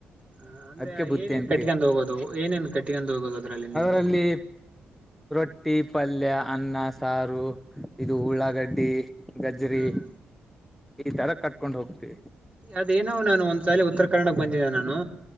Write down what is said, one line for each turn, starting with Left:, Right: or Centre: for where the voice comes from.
Right: ಹ ಅಂದ್ರೆ
Centre: ಅದಕ್ಕೆ ಬುತ್ತಿ
Right: ಏನೇನ್
Centre: ಅಂತೀವಿ
Right: ಕಟ್ಕೊಂಡು ಹೋಗೋದು. ಏನೇನ್ ಕಟ್ಕೊಂಡ ಹೋಗೋದು ಅದ್ರಲ್ಲಿ.
Centre: ಅದರಲ್ಲಿ
Right: ನೀವು
Centre: ರೊಟ್ಟಿ ಪಲ್ಯ ಅನ್ನ ಸಾರು ಇದು ಉಳ್ಳಾಗಡ್ಡಿ
Right: ಹ್ಮ್
Centre: ಗಜರಿ
Right: ಹ್ಮ್
Centre: ಈ ತರ ಕಟ್ಕೊಂಡ್ ಹೋಗ್ತೀವಿ.
Right: ಅದೇನಾವ ನಾನು ಒಂದ್ ಸಾಲ ಉತ್ತರ ಕರ್ನಾಟಕ್ ಬಂದಿದ್ದೆ ನಾನು